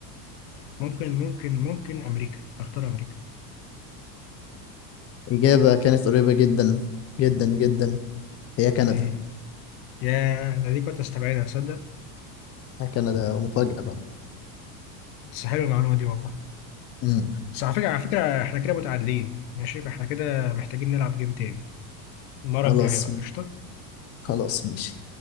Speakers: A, on the left (about 65°); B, on the left (about 30°).
A: ممكن ممكن ممكن امريكا اختار امريكا
B: إجابة كانت قريبة جدا جدا جدا هي كندا
A: ايه يا ده دي كنت استبعدها تصدق
B: كندا مفاجأة بقى
A: بس حلوه المعلومه دي والله
B: امم
A: بس على فكره على فكره احنا كده متعادلين ماشي فاحنا كده محتاجين نلعب جيم تاني المره
B: خلاص
A: الجايه بقى قشطه
B: خلاص ماشي